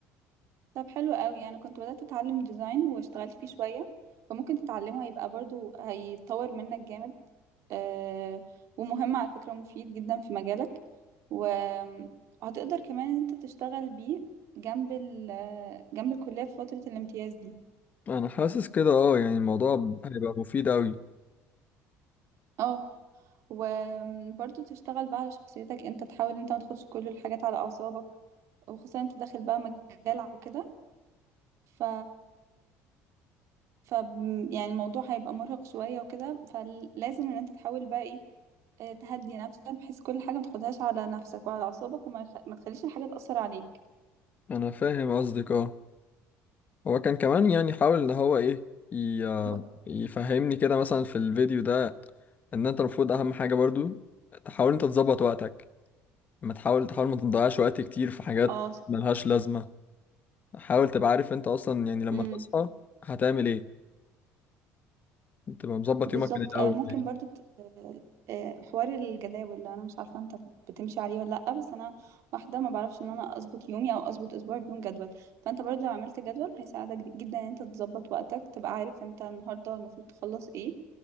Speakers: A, on the right (about 55°); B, on the left (about 30°).
A: طب حلو قوي انا كنت بدأت اتعلم ديزاين واشتغلت فيه شوية فممكن تتعلمه هيبقى برضو هيطور منك جامد آه ومهم على فكرة مفيد جدا في مجالك وهتقدر كمان ان انت تشتغل بيه جنب ال جنب الكلية في فترة الامتياز دي
B: انا حاسس كده اه يعني الموضوع هيبقى مفيد قوي
A: اه وبرضو تشتغل بقى على شخصيتك انت تحاول انت ما تاخدش كل الحاجات على اعصابك وخصوصا انت داخل بقى مجال وكده ف ف يعني الموضوع هيبقى مرهق شوية وكده فلازم ان انت تحاول بقى ايه آه، تهدي نفسك بحيث كل حاجة ما تاخدهاش على نفسك وعلى أعصابك وما يخ... ما تخليش الحاجة تأثر عليك
B: انا فاهم قصدك اه هو كان كمان يعني حاول ان هو ايه ي-
A: ب-
B: يفهمني كده مثلا في الفيديو ده ان انت المفروض اهم حاجة برضو تحاول انت تظبط وقتك ما تحاول تحاول ما تضيعش وقت كتير في حاجات
A: اه
B: ملهاش لازمة حاول تبقى عارف انت اصلا يعني لما
A: صح
B: تصحى هتعمل ايه تبقى مظبط
A: بالظبط
B: يومك من الاول
A: آه، ممكن
B: يعني
A: برضو ت- آه، حوار الجداول اللي انا مش عارفه انت بتمشي عليه ولا لا بس انا واحده ما بعرفش ان انا اظبط يومي او اظبط اسبوعي بدون جدول فانت برضو لو عملت جدول هيساعدك جدا ان انت تظبط وقتك تبقى عارف انت النهارده المفروض تخلص ايه